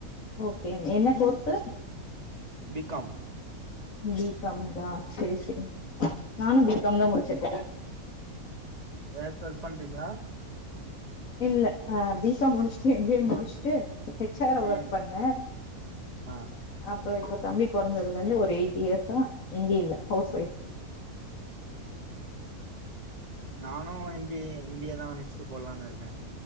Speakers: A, on the left; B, on the right.
A: ஓகே என்ன கோர்ஸ்
B: பி காம்
A: பி காம்ங்கழ செரி செரி நானும் பி காம் தான் முடிச்சிருக்கேன்
B: ஏதாச்சும் ஒர்க் பண்றீங்களா
A: இல்ல அஹ் பி காம் முடிச்ச்டு எம் பி ஏ முடிச்சுடு ஹெச் ஆரா வர்க்
B: ம்
A: பண்ணே
B: ஆ
A: அப்றோ இப்பக் தம்பி பொறந்ததுலேந்து ஒரு எயிட் இயர்ஸா எங்கயூ இல்ல ஹவுஸ் வைஃப்
B: நானூ M B M B A தா நெக்ஸ்ட்டு போட்லான்னுருக்கே